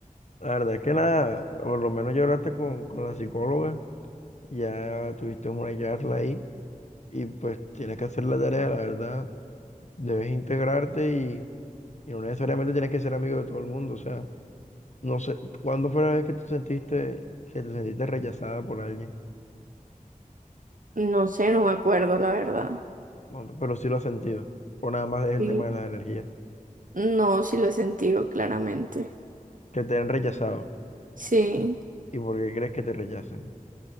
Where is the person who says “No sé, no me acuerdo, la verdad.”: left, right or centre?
Right